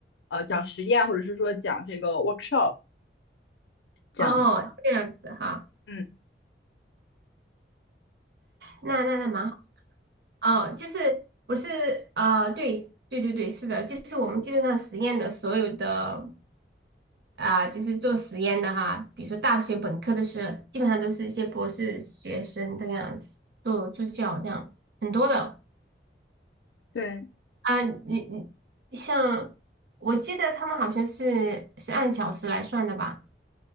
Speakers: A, on the left; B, on the right.
A: 呃，讲实验或者是说讲这个 workshop 这样子，
B: 哦这样子哈，
A: 嗯，
B: 那那那蛮好。哦，就是不是呃，对对对对，是的，就是我们基本上实验的所有的啊、就是做实验的哈，比如说大学本科的时候基本上都是一些博士学生这个样子做助教这样，很多的
A: 对，
B: 啊、你你像我记得他们好像是是按小时来算的吧？